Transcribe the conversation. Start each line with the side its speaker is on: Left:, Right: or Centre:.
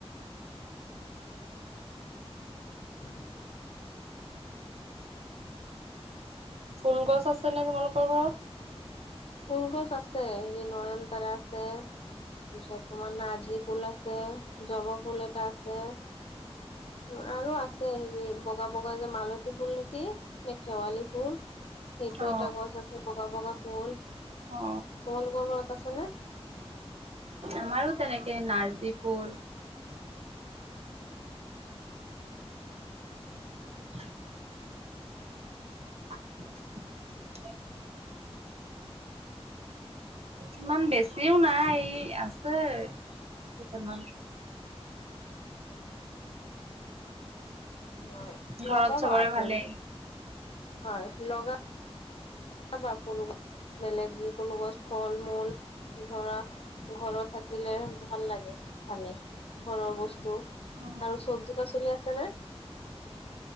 Left: উ <unintelligible>
Right: ফুল গছ আছে নে, তোমালোকৰ ঘৰত?
Left: ফুল গছ আছে ।হেৰি, নয়নতাৰা আছে, তাৰপিছত তোমাৰ নাৰ্জী ফুল আছে। জবা ফুল এটা আছে। উ <unintelligible> আৰু আছে, হেৰি, বগা-বগা যে মালত ফুল নেকি, নে শেৱালি ফুল। সেইটো
Right: অ
Left: এটা গছ আছে, বগা-বগা ফুল। তোমালোকৰ
Right: অ
Left: ঘৰত আছে নে?
Right: আমাৰো তেনেকে নাৰ্জী ফুল <inaudible> <unintelligible> ইমান বেছিও নাই, আছে। কেইটামান।
Left: হয়,
Right: ঘৰত
Left: লগাবা
Right: চবৰে
Left: আকৌ
Right: ভালেই
Left: ফুল। হয়, লগা বা ফুল গছ। বেলেগ যিকোনো গছ ফল-মূল ধৰা ঘৰত থাকিলে ভাল লাগে, খালে। ঘৰৰ বস্তু
Right: অ
Left: আৰু চব্জি কাচলি আছে নে?